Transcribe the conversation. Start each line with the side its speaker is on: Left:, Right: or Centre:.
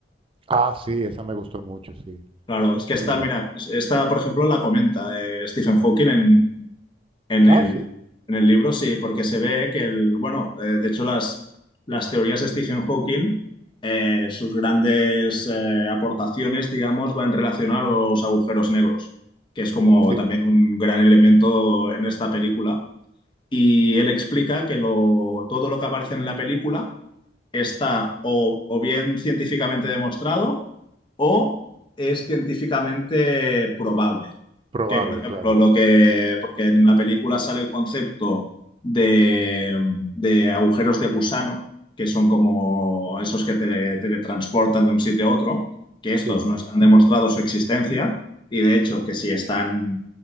Right: Ah, sí, esa me gustó mucho, sí,
Left: Claro, es que esta,
Right: sí.
Left: mira, pues esta, por ejemplo, la comenta eh, Stephen Hawking en, en
Right: Ah,
Left: el,
Right: sí,
Left: en el libro, sí, porque se ve que el, bueno, eh, de hecho las, las teorías de Stephen Hawking, eh, sus grandes eh, aportaciones, digamos, van en relación a los agujeros negros, que es como
Right: sí,
Left: también un gran elemento en esta película. Y él explica que lo, todo lo que aparece en la película está o, o bien científicamente demostrado o es científicamente probable.
Right: probable,
Left: Que, por ejemplo,
Right: claro.
Left: lo que, porque en la película sale el concepto de, de agujeros de gusano, que son como esos que te teletransportan de un sitio a otro, que
Right: Sí,
Left: estos no están demostrados su existencia y de hecho que si están